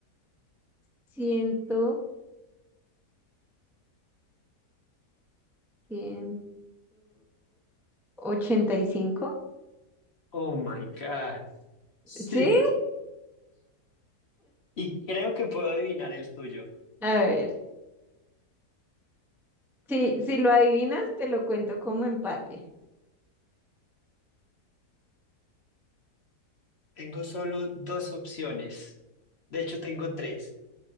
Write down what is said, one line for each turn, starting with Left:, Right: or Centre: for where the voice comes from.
Centre: ciento, ciento ochenta y cinco.
Left: Oh my God. Sí.
Centre: ¿Sí?
Left: Y creo que puedo adivinar el tuyo.
Centre: A ver. Si, si lo adivinas, te lo cuento como empate.
Left: Tengo solo dos opciones. De hecho, tengo tres.